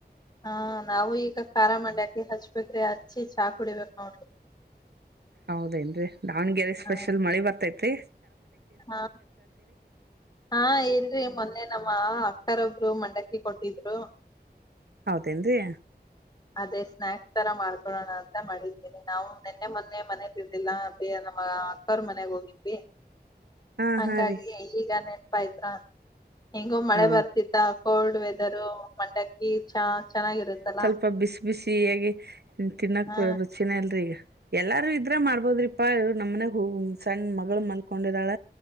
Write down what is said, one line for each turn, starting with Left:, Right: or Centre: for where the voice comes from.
Left: ಹಾ ನಾವು ಈಗ ಖಾರ ಮಂಡಿ ಅಕಿ ಹಚ್ಬೇಕ್ರಿ ಹಚ್ಚಿ ಚಾ ಕುಡಿಬೇಕಕ್ ನೋಡ್ರಿ
Right: ಹೌದೇನ್ರಿ ದಾವನ್ಗೆರೆ ಸ್ಪೆಷಲ್
Left: ಹಾ
Right: ಮಳಿ ಬರ್ತೈತಿರಿ
Left: ಹಾ ಹಾ ಹೇಳ್ರಿ ಮೊನ್ನೆ ನಮ್ಮ ಅ ಕ್ಕರ್ ಒಬ್ರು ಮಂಡಕ್ಕಿ ಕೊಟ್ಟಿದ್ರು
Right: ಹೌದೇನ್ೀ
Left: ಅದೇ ಸ್ನಾಯಕ್ಸ್ ತರ ಮಾಡ್ಕೊೊಳ್ಳೋಣ ಅಂತ ಮಾಡಿದ್ದೀನಿ ನಾವು ನಿೆನ್ನೆ ಮೊನ್ನೆ ಮನೆ ಬಿದ್ದಿಲ್ಲಾ ಅದೇ ನಮ್ಮ ಅಕ್ಕಾರ್ ಮನೆಗ್ ಹೋಗಿದ್ವಿ
Right: ಹಾ
Left: ಹಂಗಾಗಿ
Right: ಹಾ ರೀ
Left: ಈಗ ನೆನಪಾಯತ್ರ್ರ ಹೆಂಗೋ ಮಳೆ
Right: ಹಾ
Left: ಬರ್ತಿತ್ತ ಕೋಲ್ಡ್ ವೆದರು ಮಂಡಕ್ಕಿ ಚ ಚೆನ್ನಾಗಿರುತ್ತಲ್ಲಾ
Right: ಪಾ ಬಿಸಿ ಬಿಸಿ ಹಗೆ ತಿನ್ನಕ್
Left: ಹಾ
Right: ರುಚಿನ ಇಲ್ರಿೀ ಈಗ ಎಲ್ಲಾರೂ ಇದ್ರ ಮಾಡ್ಬೋದ್ರಿಪಾ ಇವ ನಮ್ಮನೆ ಹ ಸಣ್ಣ ಮಗಳು ಮಲ್ಕೊಂಡಿದಾಳ